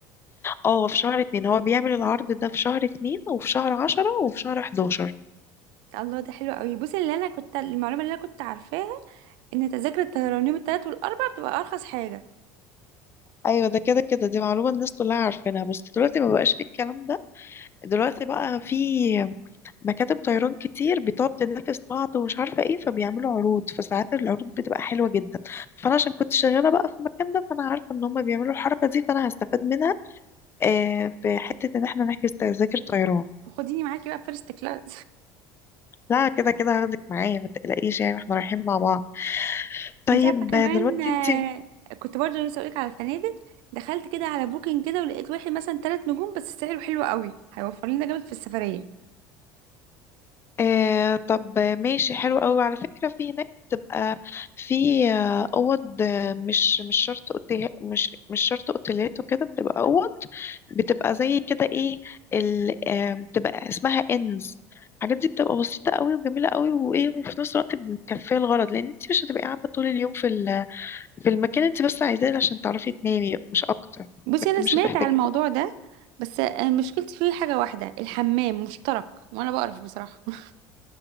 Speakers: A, on the left (about 30°); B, on the right (about 70°).
A: اه في شهر اتنين هو بيعمل العرض ده في شهر اتنين وفي شهر عشرة وفي شهر حداشر
B: الله ده حلو قوي بصي اللي انا كنت المعلومة اللي انا كنت عارفاها ان تذاكر الطيران يوم التلات والاربع بتبقى ارخص حاجة
A: ايوه ده كده كده دي معلومة الناس كلها عارفينها بس دلوقتي ما بقاش في الكلام ده دلوقتي بقى في مكاتب طيران كتير بتقعد تنافس بعض ومش عارفة ايه فبيعملوا عروض فساعات العروض بتبقى حلوة جدا فانا عشان كنت شغالة بقى في المكان ده فانا عارفة ان هم بيعملوا الحركة دي فانا هستفاد منها آه في حتة ان احنا نحجز تذاكر طيران
B: خديني معاكي بقى فيرست كلاس
A: لا كده كده هاخدك معايا ما تقلقيش يعني احنا رايحين مع بعض طيب
B: انت عارفه كمان
A: آه، دلوقتي
B: آه،
A: انت
B: كنت برضه لسه اقولك على الفنادق دخلت كده على بوكينج كده ولقيت واحد مثلا ثلاث نجوم بس سعره حلو قوي هيوفر لنا جامد في السفريه
A: آه طب ماشي حلو قوي على فكرة في هناك بتبقى في آه، أوض آه، مش مش شرط أوتيل مش مش شرط أوتيلات وكده بتبقى أوض بتبقى زي كده إيه ال آه، بتبقى اسمها إنز الحاجات دي بتبقى بسيطة قوي وجميلة قوي وإيه وفي نفس الوقت مكفية الغرض لأن أنت مش هتبقي قاعدة طول اليوم في ال في المكان أنت بس عايزاه عشان تعرفي تنامي مش أكتر
B: بصي
A: لكن
B: انا سمعت
A: مش هتحتاجي
B: على الموضوع ده بس آه، مشكلتي فيه حاجه واحده الحمام مشترك وانا بقرف بصراحه <laughs>